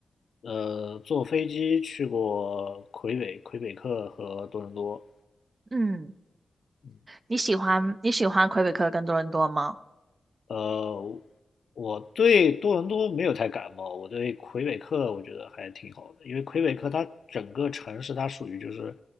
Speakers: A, on the left; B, on the right.
A: 呃坐飞机去过魁北魁北克和多伦多，
B: 嗯，
A: 嗯，
B: 你喜欢你喜欢魁北克跟多伦多吗？
A: 呃，我对多伦多没有太感冒，我对魁北克我觉得还挺好的，因为魁北克它整个城市它属于就是